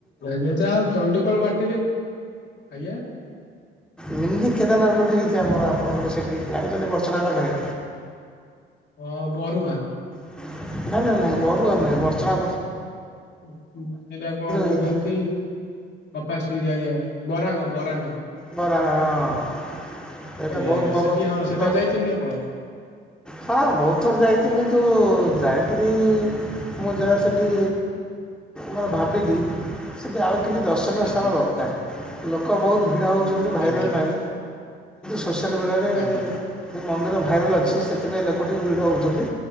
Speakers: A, on the left; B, in the centre.
A: ଆଜ୍ଞା ଯାହା ଚଣ୍ଡିକୋଲ ମାଟିରେ ଆଜ୍ଞା
B: ମିନ କେଦରନାଥ ହେଇଛି ଆମର ଆପଣଙ୍କର ସେଠି ଲାଗୁଛନ୍ତି ବର୍ଚ୍ଚନା ପାଖରେ
A: ହଁ ବରୁଆଁ
B: ନାଇଁ ନାଇଁ ନାଇଁ ବରୁଆାର ନାଇଁ ବର୍ଷନା
A: ସେଟା କଣ କହୁଛନ୍ତି
B: ହେଇଛି
A: ପପାଶ ଡିଗ୍ରୀ ଆଜ୍ଞା ବରାଙ୍ଗ ବରାଙ୍ଗ
B: ବରା ହଁ ସେଇଟା
A: ଆଜ୍ଞା
B: ବହୁତ
A: ଆଜ୍ଞା ସେଠି ହଁ ସେଠାକୁ
B: ଭଲ
A: ଯାଇଛନ୍ତି ଆପଣ
B: ହଁ ବହୁତ ଥର ଯାଇଛି କିନ୍ତୁ ଯାଇକରି ମୁଁ ଯାହା ସେଠି ମାନେ ଭାବଛିି ସେଠି ଆଉ କିଛି ଦଶ ସ୍ଥାନ
A: ଆଜ୍ଞା
B: ଦରକାର ଲୋକ ବହୁତ ଭିଡ ହେଉଛନ୍ତି ଭାଇରାଲ
A: ଆଜ୍ଞା
B: ପାଇଁ ସୋସିଆଲ୍ ମିଡ଼ିଆରେ
A: ଆଜ୍ଞା
B: ସେ ମନ୍ଦିର ଭାଇରାଲ୍ ଅଛି ଅଛି ସେଥିପାଇଁ ଲୋକ ଟିକେ ଭିଡ଼ ହେଉଛନ୍ତି